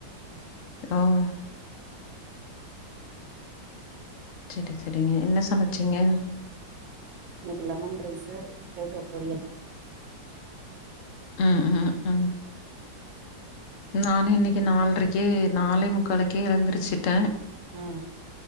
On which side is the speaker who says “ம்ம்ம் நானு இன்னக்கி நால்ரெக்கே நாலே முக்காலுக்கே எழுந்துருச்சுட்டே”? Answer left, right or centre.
Left